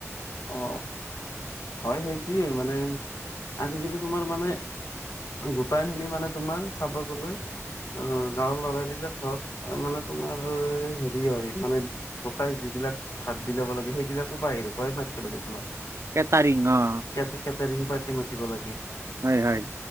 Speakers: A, on the left; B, on the right.
A: অ হয় সেইটোয়ে মানে আজিকালি তোমাৰ মানে। গোটাই খিনি মানে তোমাৰ চাব গ'লে। অ' গাঁৱৰ ল'ৰা বিলাক হওক মানে তোমাৰ হেৰি হয় মানে। গোটাই যিবিলাক ভাত বিলাব লাগে সেইবিলাকো বাহিৰৰ পৰাই মাতিব লাগে তোমাক।
B: কেতাৰিং অ।
A: কে কেটৰিং পাৰ্টি মাতিব লাগে।
B: হয় হয়